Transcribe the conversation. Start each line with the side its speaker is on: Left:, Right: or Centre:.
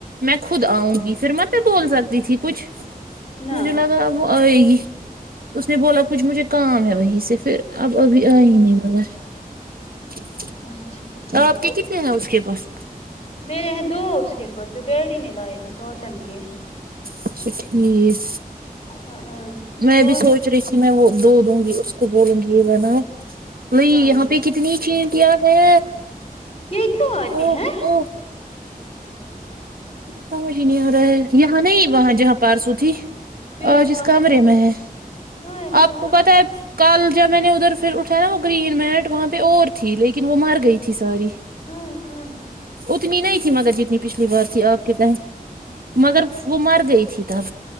Right: میں خود آؤں گی پھر مت بول سکتی تھی کچھ
Left: نہ
Right: مجھے لگا وہ آئے گی اس نے بولا کچھ مجھے کام ہے وہیں سے پھر اب ابھی آئے ہی نہیں پتا
Left: اچھا ٹھیک
Right: آپ کے کتنے ہیں اس کے پاس
Left: میرے یہ دو اس کے پاس جو ڈیڈی نے لائے تھے کاٹن کے
Right: اچھا ٹھیک
Left: ہاں
Right: میں
Left: اور
Right: بھی سوچ رہی تھی میں وہ دو دوں گی اس کو بولوں گی یہ میں نا وہی
Left: ہاں
Right: یہاں پہ کتنی چینٹیاں ہے
Left: یہ کیوں آتی
Right: او
Left: ہے
Right: او سمج ہی نہیں آ رہا ہے یہاں نہیں وہاں جہاں پارسو تھی
Left: پھر
Right: اور
Left: آپ
Right: جس
Left: کہاں
Right: کمرے میں ہے
Left: ہائے ہائے
Right: آپ کو
Left: ہائے
Right: پتہ ہے کل جب میں نے ادھر پھر اٹھایاوہ گرین مینٹ وہاں پہ اور تھی لیکن وہ مر گئی تھی ساری
Left: ہائے ہائے
Right: اتنی نہیں تھی مگر جیتن یہ پچھلی بار تھی آپ کے داںی مگر وہ مر گئی تھی تب